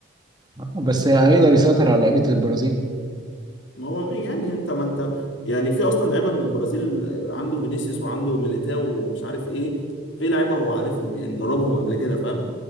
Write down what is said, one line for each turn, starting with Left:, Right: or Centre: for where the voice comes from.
Right: بس هيقدر يسيطر على لعيبة البرازيل
Left: ما هو يعني انت ما انت يعني في اصلا لعيبه من البرازيل آه، عنده فينيسيوس وعنده ميليتاو ومش عارف ايه في لعيبه هو عارفهم يعني دربهم قبل كده فاهم